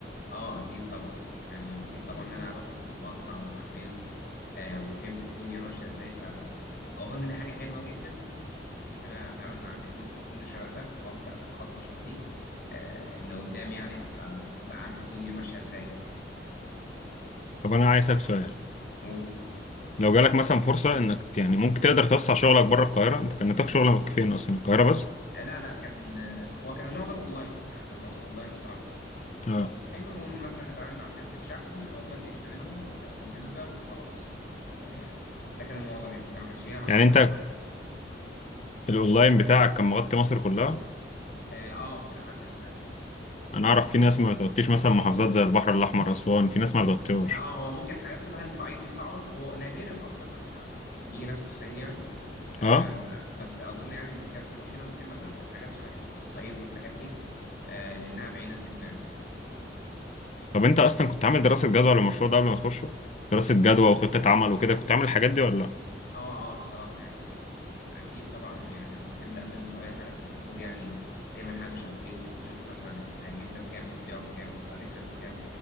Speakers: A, on the left; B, on the left.
A: اه اكيد طبعا يعني اكيد طبعا ان انا رحت مع مصنع واتعاملت آه وفهمت الدنيا ماشيه ازاي ف- فاظن دي حاجه حلوه جدا ان انا اتعامل مع بيزنس في سن شبه ده او ابدا في خطوه شبه دي آه ان قدام يعني هبقى هبقى عارف الدنيا ماشيه ازاي مثلا
B: طب انا عايز اسالك سؤال
A: و-
B: لو جالك مثلا فرصة انك ت- يعني ممكن تقدر توسع شغلك بره القاهرة انت كان نطاق شغلك فين اصلا القاهرة بس
A: آه لا لا كان آه هو كان معظم اونلاين يعني كان معظم اونلاين الصراحه
B: اه
A: اونلاين مثلا نتعامل مع شركه شحن هم اللي يشحنوا لهم وتاخد النسبه وخلاص آه ده كان المعظم يعني يعني ما كانش لينا محل
B: يعني انت
A: ص-
B: الاونلاين بتاعك كان مغطي مصر كلها
A: اه آه، الى حد ما
B: انا اعرف في ناس ما بتغطيش مثلا محافظات زي البحر الاحمر اسوان في ناس ما بتغطيهاش
A: اه آه، هو ممكن حاجات شبه الصعيد دي صعبة هو نادرا اصلا لما يجي ناس من الصعيد يعني آه
B: اه
A: بس اظن يعني ان كانت المشكلة ممكن مثلا في الحاجات شبه الصعيد والحاجات دي آه لانها بعيدة سن يعني
B: طب انت اصلا كنت عامل دراسه جدوى للمشروع ده قبل ما تخشه دراسه جدوى وخطه عمل وكده كنت عامل الحاجات دي ولا لا
A: اه اه الصراحة يعني آه اكيد طبعا يعني لما تبدأ بيزنس او اي حاجة انت المفروض يعني تعمل حاجة شبه دي وتشوف مثلا انت هتجيب ده بكام هتبيعه بكام هتكسب بكام